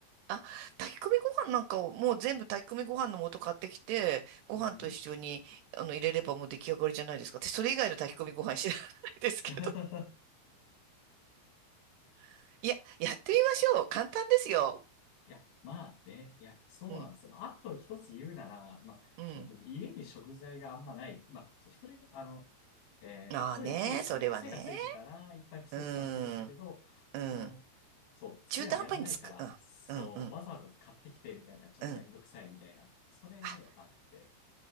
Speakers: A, on the right; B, on the left.
A: あ、炊き込みご飯なんかをもう全部炊き込みご飯の素買ってきて、ご飯と一緒にあの入れればもう出来上がりじゃないですか。
B: <laughs> うん。
A: 私それ以外の炊き込みご飯知らないですけど。
B: <laughs>
A: <laughs> いや、やってみましょう。簡単ですよ。
B: いや、まあね、いや、そうなんですよ。
A: うん、
B: まあ、あと一つ言うなら、まあ、
A: うん。
B: その、家に食材があんまない。まあ、そう一人が、あの、えー一人で調理する癖がついてたら、
A: ああね、それはね。
B: いっぱい不足されてるんだけど、
A: うーん、うん。
B: その、そう、
A: 中途半端につく。
B: すがやらないから、
A: うん、
B: そう、
A: うん、うん、
B: わざわざ買ってきてみたいな、ちょっとめんどくさいみたいな、
A: うん。
B: それね、
A: あ
B: あって。